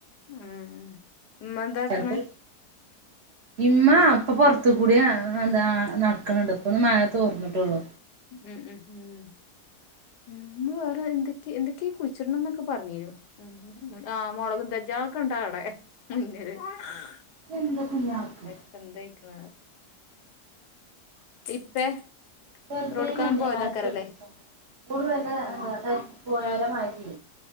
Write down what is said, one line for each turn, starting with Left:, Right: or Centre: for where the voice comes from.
Left: ഉ ഉമ്മ എന്താട്ടണ്?
Right: ചിലപ്പോ ഇമ്മ ഇപ്പൊ പുറത്ത് കൂടേ എന്താ നടക്കണ് ണ്ട് ഇപ്പന്ന് മഴ തോർന്നിട്ടുള്ളു.
Left: ഉം ഉം ഉം ഉം വേറെ എന്തൊക്ക എന്തൊക്കെയ കുയിച്ചിടണംന്നൊക്കെ പറഞ്ഞീനു ഉം ആഹ് മുളകും തെജ്ജൊ അ ഒക്കെ ഇണ്ടാ അവിടെ മുന്നില് ഉ
Right: എന്താ കുഞ്ഞാവക്ക്
Left: എന്തായിരിക്കണ എ ഇപ്പേ
Right: വെറുതെ
Left: റോഡ്ക്കങ്ങാണ്ട്
Right: മന്യേകാലം
Left: പോയതാക്കാരല്ലേ
Right: പേടിപ്പിച്ചിച്ചാൻ കൂടു വല്ല
Left: ഉം
Right: പോയാല മാറ്റി.